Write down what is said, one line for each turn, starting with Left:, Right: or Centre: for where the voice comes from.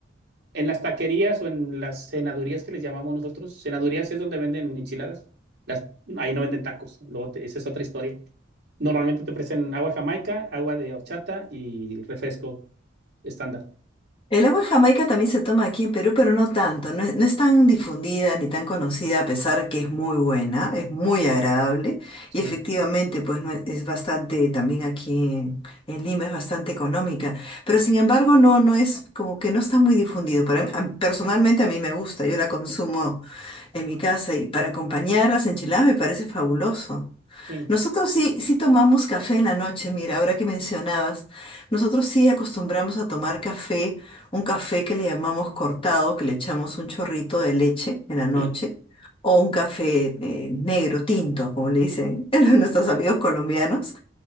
Right: En las taquerías o en las cenadurías que les llamamos nosotros, cenadurías es donde venden enchiladas. Las, ahí no venden tacos, luego te- esa es otra historia. Normalmente te ofrecen agua jamaica, agua de horchata y refresco estándar.
Left: El agua de Jamaica también se toma aquí en Perú, pero no tanto. No es, no es tan difundida ni tan conocida, a pesar que es muy buena, es muy agradable.
Right: Sí,
Left: Y efectivamente, pues no es, es bastante, también aquí en, en Lima es bastante económica. Pero sin embargo, no, no es como que no está muy difundido. Para mí- a- personalmente a mí me gusta, yo la consumo en mi casa y para acompañar las enchiladas me parece fabuloso.
Right: sí,
Left: Nosotros sí, sí tomamos café en la noche, mira, ahora que mencionabas, nosotros sí acostumbramos a tomar café, un café que le llamamos cortado, que le echamos un chorrito de leche en la noche,
Right: sí.
Left: o un café eh, negro, tinto, como le dicen <laughs> nuestros amigos colombianos,